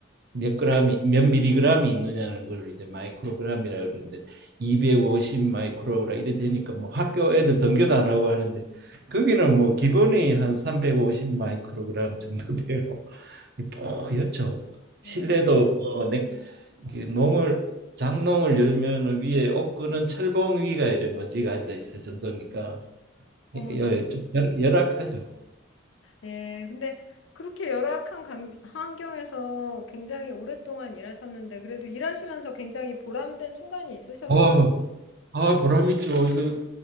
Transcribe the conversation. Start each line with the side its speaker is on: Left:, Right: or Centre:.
Right: 몇 그램이 몇 밀리그램이 있느냐는 걸 이제 마이크로그램이라 그러는데 250 마이크로라 이래 되니까 뭐 학교 애들 등교도 안 하고 하는데 거기는 뭐 기본이 한 350 마이크로그램 정도 돼요. 뽀얗죠.
Left: 네.
Right: 실내도 뭐 냉- 이렇게 농을 장농을 열면 위에 옷구는 철봉 위가 이래 먼지가 앉아 있을 정도니까
Left: 어머나.
Right: 예, 예, 좀 열- 열악하죠.
Left: 예, 근데 그렇게 열악한 강- 환경에서 굉장히 오랫동안 일하셨는데, 그래도 일하시면서 굉장히 보람된 순간이 있으셨을
Right: 아,
Left: 거예요.
Right: 아 보람 있죠. 이거